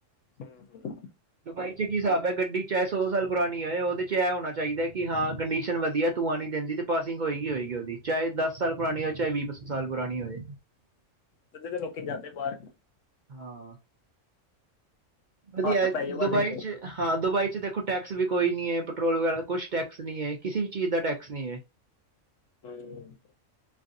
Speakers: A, on the left; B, on the right.
A: ਹੂੰ ਹੂੰ
B: ਦੁਬਈ ਚ ਕੀ ਹਿਸਾਬ ਐ, ਗੱਡੀ ਚਾਹੇ ਸੌ ਸਾਲ ਪੁਰਾਣੀ ਹੋਏ, ਉਹਦੇ 'ਚ ਇਹ ਹੋਣਾ ਚਾਹੀਦਾ ਕਿ ਹਾਂ ਕੰਡੀਸ਼ਨ ਵਧੀਐ, ਧੂੰਆ ਨੀ ਦਿੰਦੀ ਤੇ ਪਾਸਿੰਗ ਹੋਏਗੀ- ਹੋਏਗੀ, ਉਹਦੀ। ਚਾਏ ਦੱਸ ਸਾਲ ਪੁਰਾਣੀ ਹੋਏ, ਚਾਏ ਵੀਹ ਸਾਲ ਪੁਰਾਣੀ ਹੋਏ।
A: ਤਦੇ ਤੇ ਲੋਕੀ ਜਾਂਦੇ ਬਾਰ
B: ਹਾਂ। ਵਧੀਐ,
A: ਹੱਥ ਪੈ ਜੇ ਬਸ
B: ਦੁਬਈ
A: ਇੱਕ
B: ਚ ਹਾਂ, ਦੁਬਈ ਚ ਦੇਖੋ ਟੈਕਸ ਵੀ ਕੋਈ ਨੀ ਏ, ਪਟਰੋਲ ਵਗੈਰਾ ਕੁਛ ਟੈਕਸ ਨਹੀਂ ਏ, ਕਿਸੀ ਵੀ ਚੀਜ਼ ਦਾ ਟੈਕਸ ਨਹੀਂ ਏ। <inaudible>
A: ਹੂੰ <unintelligible>